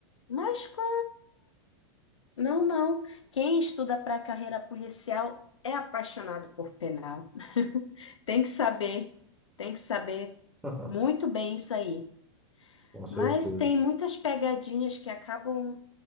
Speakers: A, on the left; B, in the centre.
A: Mas com... não, não. Quem estuda para a carreira policial é apaixonado por penal. <laughs> Tem que saber, tem que saber
B: <laughs>
A: muito bem isso aí.
B: Com certeza.
A: Mas tem muitas pegadinhas que acabam